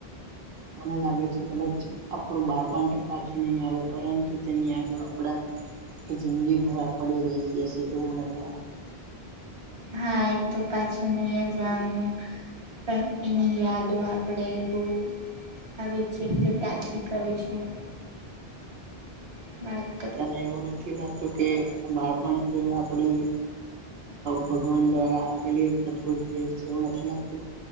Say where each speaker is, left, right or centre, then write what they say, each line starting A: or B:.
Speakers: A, on the right; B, on the right.
A: મને લાગે છે કદાચ આપડું બાળપણ પાછું નહીં આવે પરંતુ તેની યાદો આપડા આખી જિંદગી ભરા પડી રહી જશે એવું મને લાગે
B: હા એ તો પાછું નહી જ આવાનું પણ એની યાદો આપડે બ હવે છે તે ત્યાંથી કરીશું. <inaudible>
A: તને એવું નથી લાગતું કે બાળપણ એ આપડી ભગવાન દ્વારા આપેલી એક અદભુત ભેટ જેવું નથી લાગત